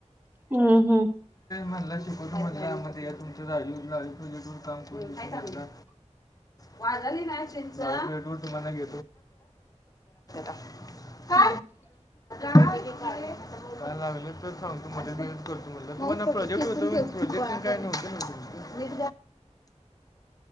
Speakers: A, on the right; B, on the left.
A: हम्म हम्म
B: मणला शिकवतो म्हण मध्ये तुमच्याई काम कर
A: ह
B: वाजाली नाहीिंटक्याते का का का
A: <unintelligible>
B: काय लागलं तर सांगतो करतो म्हटलं प्रोजेक्ट होत प्रोजेक्ट काय नव्हत. चकढली.